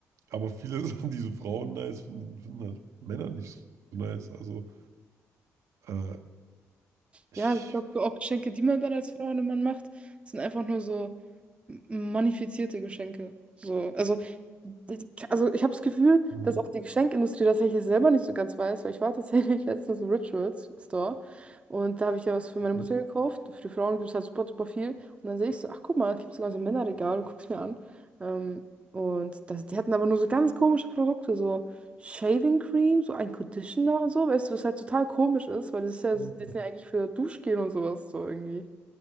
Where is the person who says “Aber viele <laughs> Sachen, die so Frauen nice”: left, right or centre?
Right